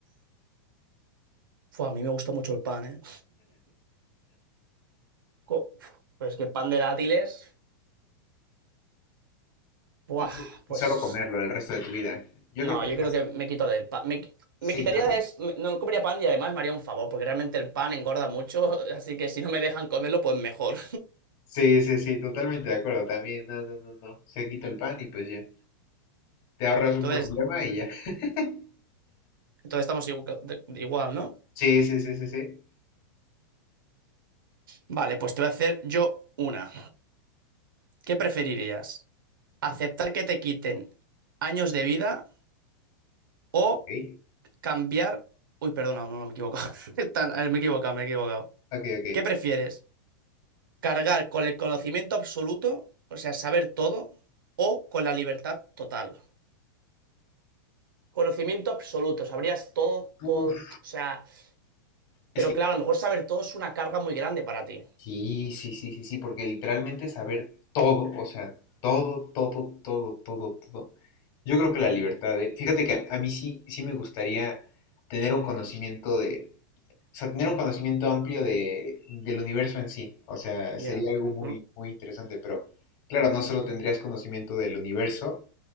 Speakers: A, on the right (about 80°); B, on the left (about 45°).
A: Fua, a mí me gusta mucho el pan, ¿eh? <laughs> Co- Pero es que pan de dátiles... Buah,
B: Y,
A: pues...
B: y solo comerlo el resto de tu vida. Yo
A: No,
B: creo que
A: yo
B: es
A: creo
B: más.
A: que me quito del pan. Me, qui-
B: Sí,
A: me quitaría
B: ¿no?
A: de... es- me- No comería pan y además me haría un favor, porque realmente el pan engorda mucho, <laughs> así que si no me dejan comerlo, pues mejor.
B: Sí, sí, sí, totalmente de acuerdo. También, no, no, no, no. Se quita el pan y pues ya. Te ahorras un
A: Entonces,
B: problema y ya. <laughs>
A: entonces estamos igu- igual, ¿no?
B: Sí, sí, sí, sí, sí.
A: Vale, pues te voy a hacer yo una. ¿Qué preferirías? Aceptar que te quiten años de vida o
B: Ok,
A: cambiar... Uy, perdona, no, no, me he equivocado. <laughs> Están- a Me he equivocado, me he equivocado.
B: ok, ok.
A: ¿Qué prefieres? ¿Cargar con el conocimiento absoluto, o sea, saber todo, o con la libertad total? Conocimiento absoluto, sabrías todo,
B: Uf,
A: todo, o sea,
B: es
A: pero
B: que
A: claro, a lo mejor saber todo es una carga muy grande para ti.
B: Sí, sí, sí, sí, sí, porque literalmente saber todo, o sea, todo, todo, todo, todo, todo. Yo creo que la libertad de... Fíjate que a, a mí sí, sí me gustaría tener un conocimiento de... O sea, tener un conocimiento amplio de, del universo en sí. O sea,
A: Ya,
B: sería algo
A: ujú.
B: muy, muy interesante, pero claro, no solo tendrías conocimiento del universo,